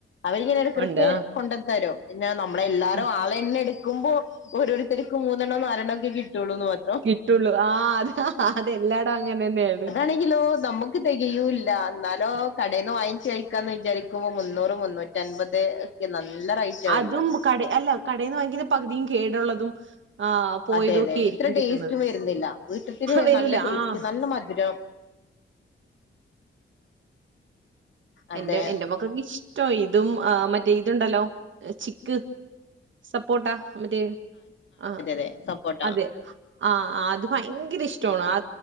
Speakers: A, on the left (about 65°); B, on the right (about 65°).
A: അവരിങ്ങനെ ഇടയ്ക്കിടക്ക്
B: ഉണ്ട്
A: കൊണ്ട്ത്തരും പിന്നെ ന മ്മളെല്ലാരും
B: ആഹ്
A: ആളെണ്ണി എടുക്കുമ്പോ ഓരോരുത്തർക്ക് മൂന്നെണ്ണം നാല് എണ്ണം ഒക്കെ കിട്ടുള്ളൂ എന്ന് മാ
B: കിട്ടുള്ളൂ ആഹ് അതാ അതെല്ലായിടോം അങ്ങനെ തന്നെയാണ്.
A: ന്തെ കിലോ നമുക്ക് തെകയൂല്ല എന്നാലോ കടേന്ന് വാങ്ങിച്ചു കഴിക്കാ എന്ന് വിചാരിക്കുമ്പോ മുന്നൂറ് മുന്നൂറ്റി റ്റൻപത് ഒക്കെ നല്ല റൈറ്റാ
B: അതും
A: വരുന്നത്.
B: കട അല്ല കടേന്ന് വാങ്ങിക്കുന്ന പകുതിയും കേടുള്ളതും ആഹ് പോയതൊക്കെ
A: അതെ അതെ
B: ആയിരിക്കും
A: ഇത്ര
B: കിട്ടുന്നത്
A: ടേസ്റ്റ് വരുന്നില്ല വീട്ടിത്തേന്
B: വരൂല
A: നല്ല ടേസ്റ്റ്
B: ആഹ്
A: നല്ല മധുരം. അതെ
B: എന്റെ എന്റെ മക്കക്ക് ഇഷ്ടാ ഇതും ആഹ് മറ്റേ ഇതുണ്ടല്ലോ ചിക്ക് സപ്പോട്ടാ മറ്റേ ആഹ്
A: രെ സപ്പോട്ട്
B: അതെ ആഹ് ആഹ് അത് ഭയങ്കര ഇഷ്ടമാണ് അ